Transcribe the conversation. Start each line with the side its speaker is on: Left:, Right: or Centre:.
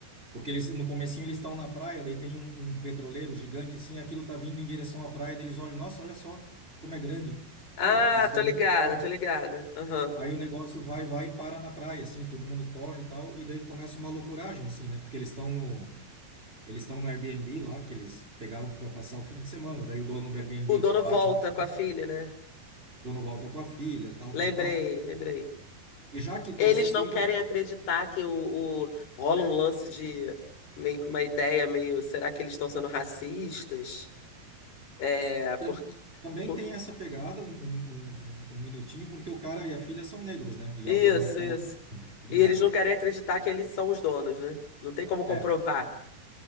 Right: Porque eles, no comecinho eles estão na praia, daí tem um, um petroleiro gigante assim, aquilo tá vindo em direção à praia, daí eles olham, nossa, olha só como é grande.
Left: Ah,
Right: Oh, isso tá
Left: tô
Right: vindo
Left: ligada,
Right: pra
Left: tô ligada.
Right: cá.
Left: Aham.
Right: Aí o negócio vai, vai e para na praia, assim, todo mundo corre e tal, e daí começa uma loucuragem, assim, né? Porque eles estão no, eles estão no Airbnb lá, que eles pegaram para passar o fim de semana, daí o dono do Airbnb
Left: O dono
Right: bate
Left: volta
Right: na porta,
Left: com a filha, né?
Right: o dono volta com a filha, tal,
Left: Lembrei,
Right: tal, tal.
Left: lembrei.
Right: E já que tu
Left: Eles
Right: assistiu,
Left: não
Right: então
Left: querem acreditar que o, o- rola um lance de meio que uma ideia, meio, será que eles estão sendo racistas? É,
Right: Tam-
Left: porque.
Right: Também
Left: por-
Right: tem essa pegada, um, um- um- um um minutinho, porque o cara e a filha são negros, né? E
Left: Isso,
Right: é o dono daquela
Left: isso.
Right: mansão e tudo
Left: E
Right: mais.
Left: eles não querem acreditar que eles são os donos, né? Não tem como comprovar.
Right: É,